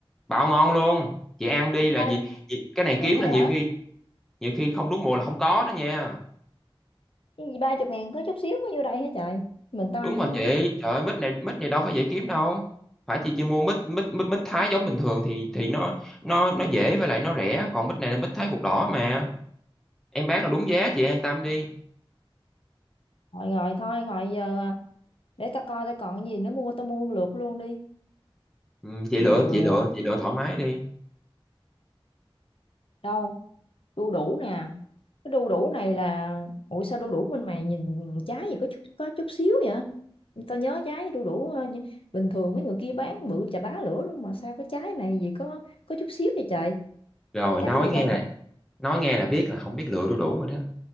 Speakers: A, in the centre; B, on the left.
A: bảo ngon luôn chị ăn đi
B: gì
A: là
B: ba
A: gì
B: chút
A: chị, cái này
B: xíu
A: kiếm
B: vậy
A: là nhiều
B: hả
A: khi nhiều khi không đúng mùa là không có đó nha
B: cái gì ba chục ngàn có chút xíu có vô đây hả trời mình tao
A: đúng
B: ăn
A: rồi
B: luôn
A: chị
B: á
A: trời ơi mít này mít này đâu phải dễ kiếm đâu phải chị chỉ mua mít mít mít mít Thái giống bình thường thì thì nó nó nó dễ với lại nó rẻ còn mít này là mít Thái ruột đỏ mà em bán là đúng giá chị an tâm đi
B: rồi rồi thôi rồi giờ để tao coi tao còn cái gì nữa mua tao mua lượt luôn đi
A: ừ, chị
B: vừa
A: lựa chị lựa chị lựa thoải mái đi
B: đâu đu đủ nè cái đu đủ này là ủa sao đu đủ mình mày nhìn trái gì có chút có chút xíu vậy tao nhớ trái đu đủ ờ, nh- bình thường mấy người kia bán bự chà bá lửa luôn mà sao cái trái này gì có có chút xíu vậy trời
A: rồi
B: trái
A: nói
B: gì
A: nghe
B: đâu
A: là-
B: ngọt
A: nói nghe là biết là không biết lựa đu đủ rồi đó